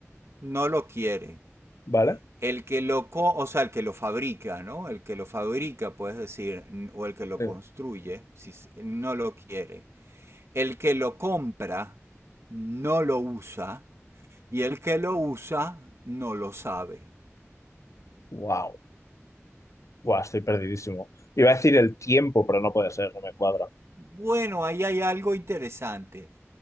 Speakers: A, on the right; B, on the left.
A: no lo quiere,
B: vale.
A: el que lo, o sea, el que lo fabrica, ¿no? El que lo fabrica, puedes decir, o el que lo
B: Eh,
A: construye, si no lo quiere. El que lo compra no lo usa y el que lo usa no lo sabe.
B: Wow. Buah, estoy perdidísimo. Iba a decir el tiempo, pero no puede ser, no me cuadra.
A: Bueno, ahí hay algo interesante.